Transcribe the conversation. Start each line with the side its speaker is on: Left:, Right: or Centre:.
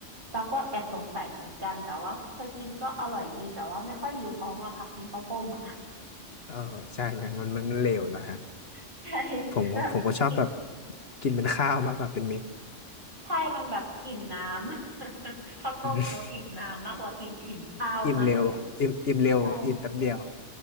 Right: ตักก็แอบสงสัยเหมือนกันแต่ว่าเคยกินก็อร่อยดีแต่ว่าไม่ค่อยอยู่ท้องหรอกค่ะกินข้าวต้มอ่ะ
Left: เออใช่มันมันมันเลวนะฮะ
Right: <laughs> ใช่
Left: ผมก็ผมก็ชอบแบบ
Right: แบบกิน
Left: กินเป็นข้าวมากกว่าเป็นเม็ด
Right: ใช่มันแบบอิ่มน้ำ <laughs> ข้าวต้มเนอะอิ่มน้ำมากกว่ากินอิ่มข้าวมากกว่าอีก
Left: <laughs> อืมอิ่มเร็วอิ่มอิ่มเร็วอิ่มแป๊บเดียว
Right: ใช่